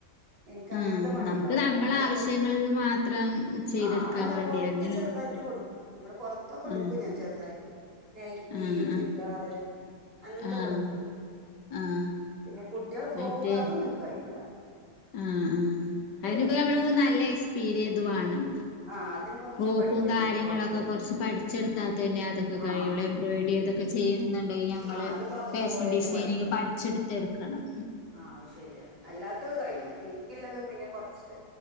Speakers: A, on the right; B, on the left.
A: നിനക്ക് അങ്ങനത്തെ
B: ആഹ്
A: പണി
B: നമുക്ക്
A: ഉണ്ടാവുമല്ലോ
B: നമ്മളെ
A: അതിനോട്
B: ആവശ്യങ്ങള്
A: ഇഷ്ടം
B: മാത്രം ചെയ്തെടുക്കാൻ
A: ആഹ അല്ല
B: വേണ്ടി
A: പുറത്ത്
B: അങ്ങനെയുള്ള
A: ചെറുതായിട്ട് കൊടുക്കൂ നമ്മള് പുറത്തൊക്കെ കൊടുക്കും
B: ആഹ്
A: ഞാൻ ചെറുത നൈറ്റി
B: ആഹ്
A: ചുരിദാർ
B: ആഹ്
A: അങ്ങനത്തെ
B: ആഹ്
A: ഒകെ എടുക്കും
B: ആഹ്
A: പിന്നെ കുട്ടികൾ ഫ്രോക്ക്
B: മറ്റേ
A: അതൊന്നും എനിക്ക് കഴിയില്ല
B: ആഹ് ആ അതിനക്കെ
A: കഴിയും
B: നമ്മള്
A: അല്ല
B: നല്ല എക്സ്പീരിയൻ ഇത് വേണം
A: ആഹ് അതിന് കൊറച്ച്
B: ഫ്രോക്കും
A: പഠിക്കന്നെ
B: കാര്യങ്ങളൊക്കെ
A: വേണം പൊറത്ത്
B: കുറച്ച് പഠിച്ചെടുത്താൽ തന്നെ അതൊക്കെ
A: ആഹ്
B: കഴിയുള്ളൂ എംബ്രോയ്ഡ ഇതക്കെ ചെയ്യ ണ്ടെങ്ക നമ്മള്
A: ആഹ് അത് പൊറത്ത്
B: ഫാഷൻ
A: പോയന്നെ
B: ഡിസൈനിങ്
A: പഠിക്കണം
B: പഠിച്ചെടുത്ത് എടുക്കണം
A: ആഹ് അത് ശരിയാ അല്ലാത്തത് കഴിയും എനിക്കുള്ളതും പിന്നെ കൊറച്ച്